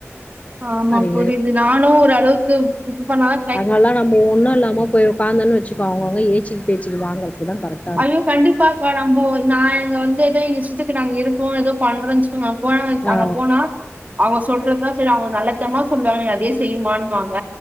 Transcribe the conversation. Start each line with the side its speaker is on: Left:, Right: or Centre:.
Right: ஆமா
Left: அது
Right: புரியுது நானு ஒரு அளவுக்கு இது பண்ணாதா
Left: அதுனாலதா நம்ம ஒண்ணு இல்லாம போய் உக்காந்தோன்னு வச்சுக்கோங்க அவுங்கவுங்க ஏச்சிக்கு பேச்சுக்கு வாங்கறதுக்கு தா கரெக்ட்
Right: ஐயோ கண்டிப்பா இப்ப நம்போ நா எங்க வந்து எதோ எங்க இஷ்டத்துக்கு நாங்க இருக்கோ எதோ பண்றோன் வச்சுக்கோங்க போனவே
Left: ஆ
Right: அங்க போனா அவுங்க சொல்றதுதா சரி அவுங்க நல்ல விதமா சொல்லுவாங்க அதே செய்யுமானுவாங்க